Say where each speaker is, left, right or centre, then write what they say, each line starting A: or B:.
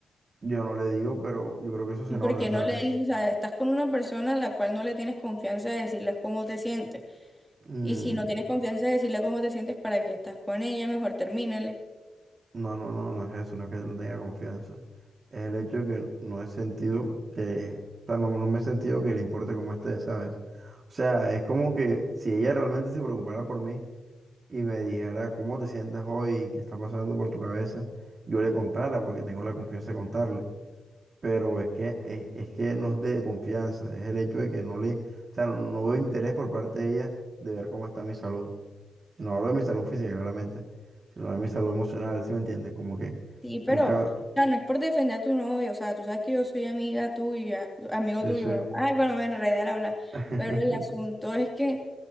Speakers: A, on the right (about 55°); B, in the centre.
A: Yo no le digo, pero yo creo que eso se
B: ¿Y
A: nota,
B: por qué
A: ¿sabes?
B: no le dices? O sea, estás con una persona a la cual no le tienes confianza de decirles cómo te sientes.
A: Mm,
B: Y si no tienes confianza de decirle cómo te sientes para que estás con ella, mejor termínale.
A: no, no, no, no es eso, no es que no tenga confianza. Es el hecho de que no he sentido que, o sea, no, no me he sentido que le importe cómo esté, ¿sabes? O sea, es como que si ella realmente se preocupara por mí, y me dijera cómo te sientes hoy, qué está pasando por tu cabeza, yo le contara porque tengo la confianza de contarle. Pero es que, es, es que no es de confianza, es el hecho de que no le, o sea, no veo interés por parte de ella de ver cómo está mi salud. Y no hablo de mi salud física, claramente, sino de mi salud emocional, ¿sí me entiendes? Como que
B: Sí, pero,
A: nunca,
B: o sea, no es por defender a tu novio, o sea, tú sabes que yo soy amiga tuya, amigo
A: sí,
B: tuyo.
A: sí.
B: bro. Ay, bueno, me enredé al hablar.
A: <laughs>
B: Pero el asunto es que,